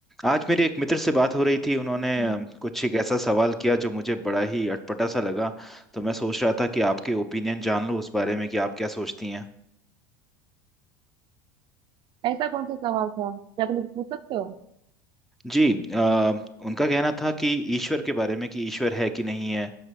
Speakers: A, in the centre; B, on the right.
A: आज मेरे एक मित्र से बात हो रही थी उन्होंने
B: हूँ
A: अम, कुछ एक ऐसा सवाल किया जो मुझे बड़ा ही अटपटा सा लगा तो मैं सोच रहा था कि आपके ओपिनियन जान लूँ उस बारे में कि आप क्या सोचती हैं
B: ऐसा कौन सा सवाल था क्या तुम मुझे पूछ सकते हो
A: जी अ, उनका कहना था कि ईश्वर के बारे में कि ईश्वर है कि नहीं है